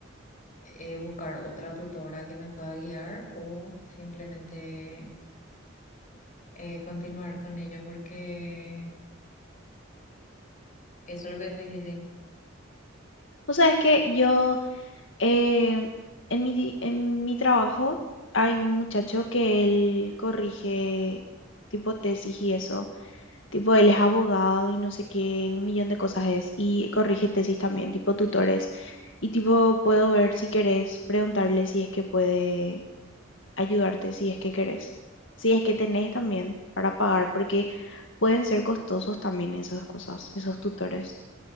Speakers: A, on the left; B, on the left.
A: eh, buscar otra tutora que me pueda guiar o simplemente eh, continuar con ella porque eso es lo que es difícil.
B: O sea, es que yo, em, en mi, en mi trabajo hay un muchacho que él corrige tipo tesis y eso. Tipo, él es abogado y no sé qué, un millón de cosas es. Y corrige tesis también, tipo tutores. Y tipo, puedo ver si querés, preguntarle si es que puede ayudarte, si es que querés. Si es que tenés también para pagar, porque pueden ser costosos también esas cosas, esos tutores.